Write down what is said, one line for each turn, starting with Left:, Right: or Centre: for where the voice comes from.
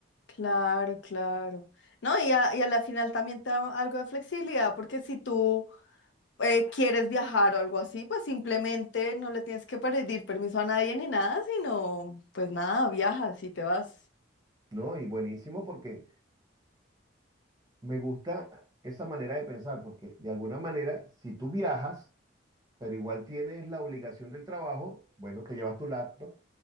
Left: Claro, claro. No, y a, y a la final también te da algo de flexibilidad, porque si tú eh, quieres viajar o algo así, pues simplemente no le tienes que pedir permiso a nadie ni nada, sino pues nada, viajas y te vas.
Right: No, y buenísimo porque Me gusta esa manera de pensar, porque de alguna manera, si tú viajas, pero igual tienes la obligación del trabajo, bueno, te llevas tu laptop,